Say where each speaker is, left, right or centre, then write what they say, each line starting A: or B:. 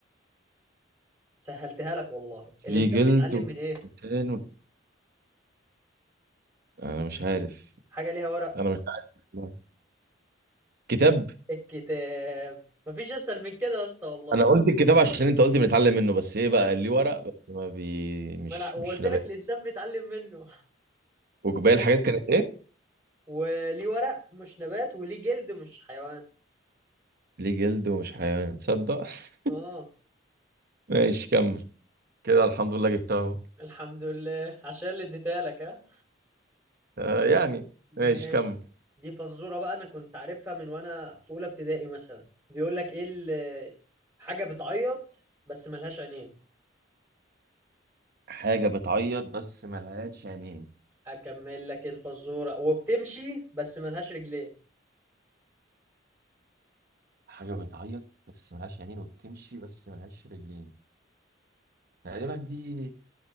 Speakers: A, on the right; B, on the right.
A: سهلتها لك والله الانسان
B: ليه جلد
A: بيتعلم من ايه
B: ومكان و... انا مش عارف
A: حاجه ليها ورق
B: انا مش عارف لا. كتاب
A: الكتاب مفيش اسهل من كده يا اسطى والله
B: انا قلت الكتاب عشان انت قلت بنتعلم منه بس ايه
A: بس
B: بقى اللي ورق بس ما بي مش
A: ما انا وقلت
B: مش نبات
A: لك الانسان بيتعلم منه
B: وباقي الحاجات كانت ايه
A: وليه ورق مش نبات وليه جلد مش حيوان
B: ليه جلد ومش حيوان تصدق <laughs>
A: اه
B: ماشي كمل كده الحمد لله جبتها اهو
A: الحمد لله عشان اللي اديتها لك ها
B: آه يعني
A: ماشي
B: ماشي كمل
A: دي فزورة بقى أنا كنت عارفها من وأنا في أولى ابتدائي مثلا بيقول لك إيه ال- حاجة بتعيط بس ملهاش عينين
B: حاجة بتعيط بس ملهاش عينين
A: أكمل لك الفزورة وبتمشي بس ملهاش رجلين
B: حاجة بتعيط بس ملهاش عينين وبتمشي بس ملهاش رجلين تقريبا دي